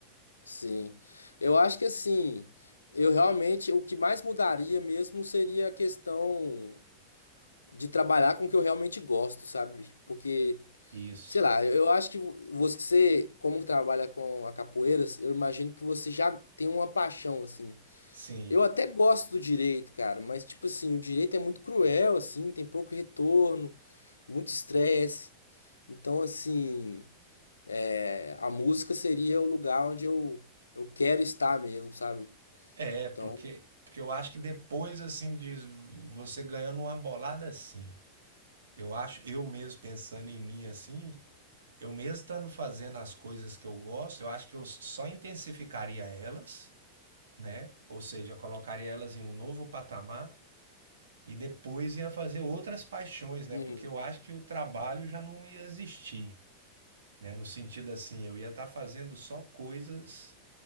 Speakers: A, on the left; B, on the right.
A: sim. Eu acho que assim, eu realmente, o que mais mudaria mesmo seria a questão de trabalhar com o que eu realmente gosto, sabe? Porque
B: Isso.
A: Sei lá, eu acho que você, como trabalha com a capoeira, eu imagino que você já tem uma paixão, assim.
B: Sim.
A: Eu até gosto do direito, cara, mas, tipo assim, o direito é muito cruel, assim, tem pouco retorno, muito estresse. Então, assim, é, a música seria o lugar onde eu, eu quero estar mesmo, sabe?
B: É,
A: Então,
B: porque, porque eu acho que depois assim de você ganhando uma bolada assim, eu acho, eu mesmo pensando em mim assim, eu mesmo estando fazendo as coisas que eu gosto, eu acho que eu só intensificaria elas, né? Ou seja, colocaria elas em um novo patamar e depois ia fazer outras paixões, né?
A: hum,
B: Porque eu acho que o trabalho já não ia existir, né? No sentido assim, eu ia estar fazendo só coisas